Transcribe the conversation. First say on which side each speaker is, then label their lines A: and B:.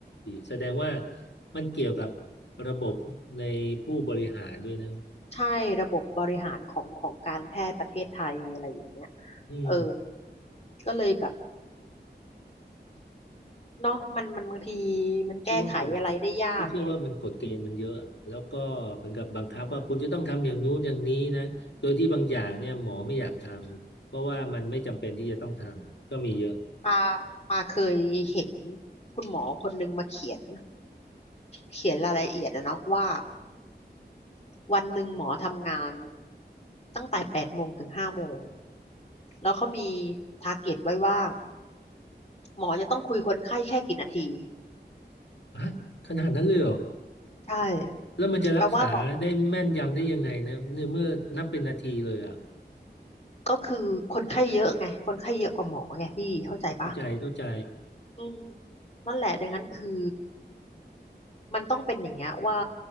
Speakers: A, on the left (about 80°); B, on the left (about 35°).
A: แสดงว่ามันเกี่ยวกับระบบในผู้บริหารด้วยนะ
B: ใช่ระบบบริหารของของการแพทย์ประเทศไทยอะไรอย่างเงี้ย
A: อืม
B: เออก็เลยแบบเนาะมันมันบางทีมันแก้ไขอะไรได้ยากไง
A: เชื่อว่าตัวพี่เชื่อว่ามันกฎเกณฑ์มันเยอะแล้วก็เหมือนกับบังคับว่าคุณจะต้องทำอย่างนู้นอย่างนี้นะโดยที่บางอย่างเนี่ยหมอไม่อยากทำ เพราะว่ามันไม่จำเป็นที่จะต้องทำ ก็มีเยอะ
B: ปาปาเคยเห็นคุณหมอคนนึงมาเขียนเขียนรายละเอียดอะเนาะว่าวันหนึ่งหมอทำงานตั้งแต่แปดโมงถึงห้าโมงแล้วเขามีทาร์เก็ตไว้ว่าหมอจะต้องคุยคนไข้แค่กี่นาที
A: ฮะขนาดนั้นเลยเหรอ
B: ใช่
A: แล้วมันจะรักษาได้แม่นยำได้ยังไงนะเนี่ยเมื่อนับเป็นนาทีเลยอ่ะ
B: แปลว่าหมอก็คือคนไข้เยอะไงคนไข้เยอะกว่าหมอไงพี่เข้าใจปะ
A: เข้าใจเข้าใจ
B: อืมนั่นแหละดังนั้นคือมันต้องเป็นอย่างเงี้ยว่า